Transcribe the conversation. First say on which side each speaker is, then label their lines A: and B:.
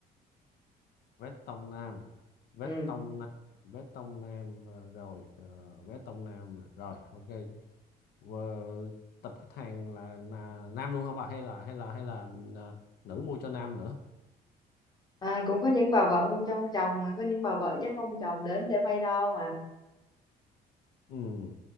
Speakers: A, on the left; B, on the left.
A: Vét Tông Nam, Vét
B: ừ.
A: Tông Nam, Vét Tông Nam ờ, rồi, uh, Vét Tông Nam rồi, ok. Ờ, tập khách hàng là, là nam luôn hả bà hay là hay là hay là ờ, nữ mua cho nam nữa?
B: à, cũng có những bà vợ mua cho ông chồng mà có những bà vợ dắt ông chồng đến để may đo mà
A: Ừ.